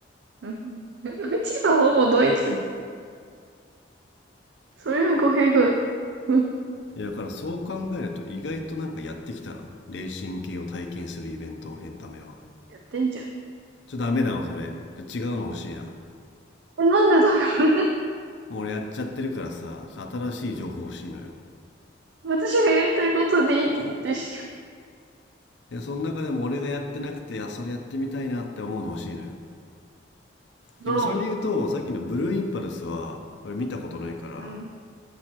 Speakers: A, on the right (about 65°); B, on the left (about 70°).
A: うん <laughs> 千葉ほぼドイツ。それは語弊がある。うん
B: いや、だからそう考えると意外となんかやってきたな。レーシング系を体験するイベント、エンタメは。
A: やってんじゃ
B: ちょ、ダメだわ、それ。違うの欲しいな。
A: ん。え、なんでだろうね。<laughs>
B: もう俺やっちゃってるからさ、新しい情報欲しいのよ。
A: 私がやりたいことでいいって言ってんじゃん。
B: いや、その中でも俺がやってなくて、あ、それやってみたいなって思うの欲しいのよ。
A: ドローン。
B: でもそれで言うと、さっきのブルーインパルスは、見たことないから、
A: うん。